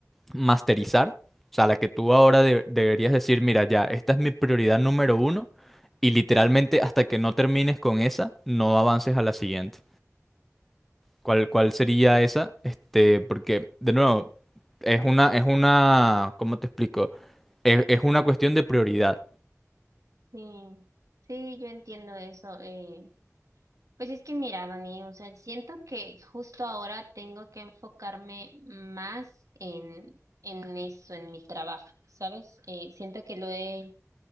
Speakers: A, in the centre; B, on the right (about 80°).
A: masterizar, o sea, la que tú ahora de- deberías decir, mira, ya, esta es mi prioridad número uno y literalmente hasta que no termines con esa, no avances a la siguiente. ¿Cuál, cuál sería esa? Este, porque, de nuevo, es una, es una, ¿cómo te explico? Es, es una cuestión de prioridad.
B: Sí, sí, yo entiendo eso. Eh, Pues es que mira, Dani, o sea, siento que justo ahora tengo que enfocarme más en, en eso, en mi trabajo, ¿sabes? Eh, siento que lo he,